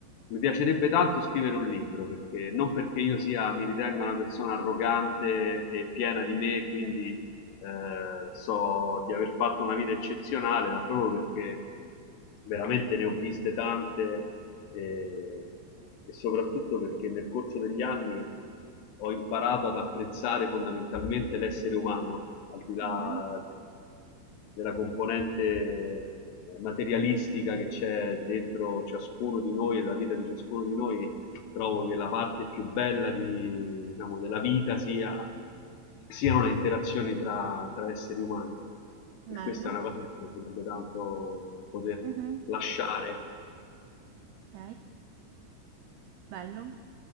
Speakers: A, on the left; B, on the right.
A: Mi piacerebbe tanto scrivere un libro, perché non perché io sia, mi ritenga una persona arrogante e piena di me, quindi eh, so di aver fatto una vita eccezionale, ma proprio perché veramente ne ho viste tante eh, e soprattutto perché nel corso degli anni ho imparato ad apprezzare fondamentalmente l'essere umano, al di là
B: Mm,
A: della componente eh, materialistica che c'è dentro ciascuno di noi e la vita di ciascuno di noi, trovo che la parte più bella di, diciamo, della vita sia, siano le interazioni tra, tra esseri umani.
B: bello.
A: E questa è una cosa che mi piacerebbe tanto poter
B: Mhm.
A: lasciare.
B: Ok, bello.